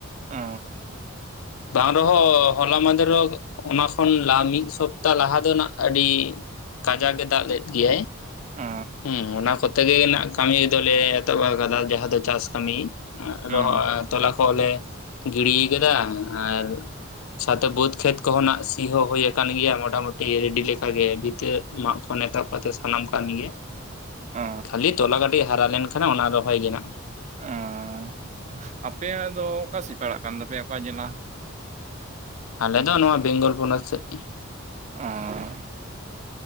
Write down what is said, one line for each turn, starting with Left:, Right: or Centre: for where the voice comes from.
Right: ᱚ
Left: ᱵᱟᱝ ᱨᱮᱦᱚᱸ ᱦᱚᱞᱟ ᱢᱟᱸᱫᱷᱮᱨ ᱦᱚᱸ ᱚᱱᱟ ᱠᱷᱚᱱ ᱞᱟ ᱢᱤᱫ ᱥᱚᱯ ᱛᱟ ᱞᱟᱦᱟ ᱫᱚ ᱱᱟᱜ ᱟᱹᱰᱤ ᱠᱟᱡᱟᱠ ᱜᱮ ᱫᱟᱜ ᱞᱮᱫ ᱜᱮᱭᱟᱭ
Right: ᱚ
Left: ᱦᱮᱸ ᱚᱱᱟ ᱠᱚᱛ ᱛᱮᱜᱮ ᱱᱟᱜ ᱠᱟᱹᱢᱤ ᱫᱚᱞᱮ ᱮᱛᱚᱦᱚᱵ ᱠᱟᱫᱟ ᱡᱟᱦᱟᱸ ᱫᱚ ᱪᱟᱥ ᱠᱟᱹᱢᱤ
Right: ᱦᱩᱸ
Left: ᱨᱚᱦᱚᱭ ᱛᱚᱞᱟ ᱠᱚᱞᱮ ᱜᱤᱲᱤ ᱠᱟᱫᱟ ᱟᱨ ᱱᱟᱛᱮ ᱵᱟᱹᱫᱽ ᱠᱷᱮᱛ ᱠᱚᱦᱚᱸ ᱱᱟᱜ ᱥᱤ ᱦᱚᱸ ᱦᱩᱭ ᱠᱟᱱ ᱜᱮᱭᱟ ᱢᱚᱴᱟ ᱢᱩᱴᱤ ᱨᱮᱰᱤ ᱞᱮᱠᱟᱜᱮ ᱵᱷᱤᱛᱟᱹ ᱢᱟᱜ ᱠᱷᱚᱱ ᱮᱛᱚᱦᱚᱵ ᱱᱚᱛᱮ ᱥᱟᱱᱟᱢ ᱠᱟᱹᱢᱤ ᱜᱮ
Right: ᱚ
Left: ᱠᱷᱟᱹᱞᱤ ᱛᱚᱞᱟ ᱠᱟᱹᱴᱤᱡ ᱦᱟᱨᱟ ᱞᱮᱱ ᱠᱷᱟᱱ ᱚᱱᱟ ᱨᱚᱦᱚᱭ ᱜᱮ ᱱᱟᱜ
Right: ᱚᱸ ᱟᱯᱮᱭᱟᱜ ᱫᱚ ᱚᱠᱟ ᱥᱮ ᱯᱟᱲᱟᱜ ᱠᱟᱱ ᱛᱟᱯᱮᱭᱟ ᱚᱠᱟ ᱡᱮᱞᱟ
Left: ᱟᱞᱮ ᱫᱚ ᱱᱚᱣᱟ ᱵᱮᱝᱜᱚᱞ ᱯᱚᱱᱚᱛ ᱥᱮᱫ
Right: ᱚᱸ